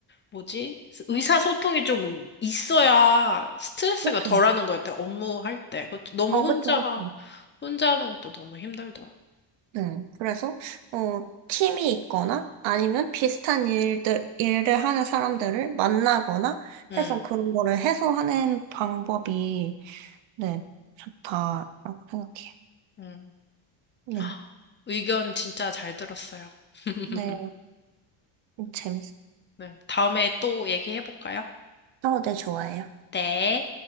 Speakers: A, on the left; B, on the right.
A: 뭐지? 의사소통이 좀 있어야 스트레스가
B: 그쵸.
A: 덜하는 것 같아, 업무할 때. 그것도 너무
B: 어,
A: 혼자,
B: 그쵸, 그쵸.
A: 혼자 하는 것도 너무 힘들더라.
B: 네, 그래서, 어, 팀이 있거나 아니면 비슷한 일들, 일을 하는 사람들을 만나거나
A: 음,
B: 해서 그런 거를 해소하는 방법이, 네, 좋다라고 생각해요.
A: 음.
B: 네,
A: <gasps> 헉, 의견 진짜 잘 들었어요. <laughs>
B: 네, 재밌어요.
A: 네, 다음에 또 얘기해볼까요?
B: 어, 네, 좋아해요.
A: 네.